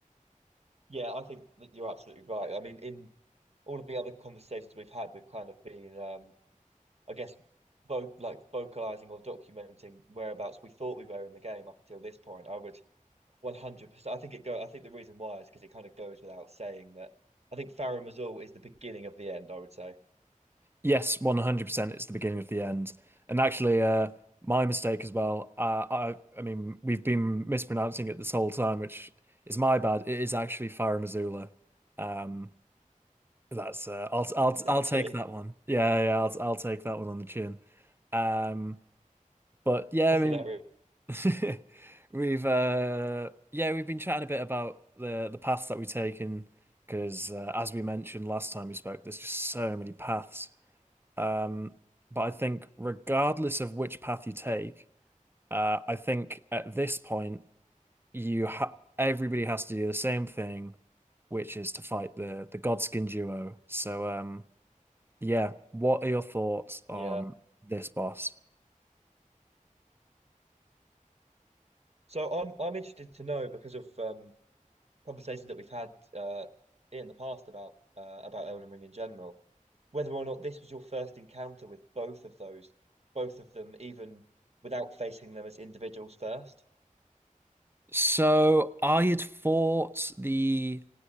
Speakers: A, on the right; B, on the right.
A: Yeah, I think that you're absolutely right. I mean, in all of the other conversations we've had, we've kind of been, um, I guess, vo like vocalizing or documenting whereabouts we thought we were in the game up until this point. I would 100%. I think it go. I think the reason why is because it kind of goes without saying that I think Farum Azul is the beginning of the end. I would say
B: Yes, 100%. It's the beginning of the end. And actually, uh, my mistake as well. Uh, I, I mean, we've been mispronouncing it this whole time, which is my bad. It is actually Farum Azula. Um, That's uh, I'll
A: <laughs>
B: I'll I'll
A: actually
B: take that one. Yeah, yeah, I'll I'll take that one on the chin. Um, but yeah,
A: that's
B: I mean,
A: hilarious.
B: <laughs> we've uh, yeah, we've been chatting a bit about the the paths that we take in because uh, as we mentioned last time we spoke, there's just so many paths. Um, but I think regardless of which path you take, uh, I think at this point you ha everybody has to do the same thing, which is to fight the the Godskin duo. So um. Yeah. What are your thoughts on
A: Yeah.
B: this boss?
A: So I'm I'm interested to know because of um, conversations that we've had uh, in the past about uh, about Elden Ring in general. whether or not this was your first encounter with both of those, both of them, even without facing them as individuals first.
B: So I had fought the